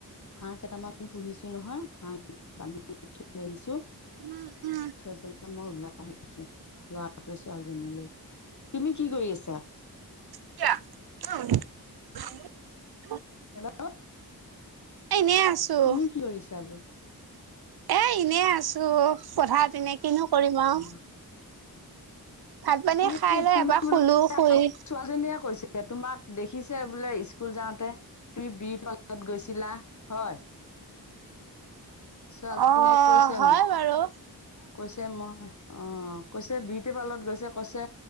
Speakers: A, on the left; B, on the right.
A: হাঁহ কেইটামান পুহিছো <inaudible>
B: উম উম
A: ওলাই আহিছো লৰাটোকে ছোৱালীজনীলৈ। তুমি কি কৰি আছা?
B: <unintelligible>
A: হেল্ল'।
B: এনে আছো
A: তুমি কি কৰিছা বোলো?
B: এ এনে আছোঁ পথাৰ পিনে। কিনো কৰিম আৰু।
A: অ
B: ভাত পানী
A: তুমি <unintelligible>
B: খাই লৈ এবাৰ শুলো শুই
A: আমাক ছোৱালজনীয়ে কৈছিল। তোমাক দেখিছে বোলে স্কুল যাওঁতে, তুমি বিৰ তলত গৈছিলা হয়।
B: <unintelligible>
A: ছোৱালীনীয়ে
B: অ
A: কৈছে
B: হয়
A: মোক।
B: বাৰু
A: কৈছে মই অ কৈছে বিউটি পাৰ্লাৰত গৈছে কৈছে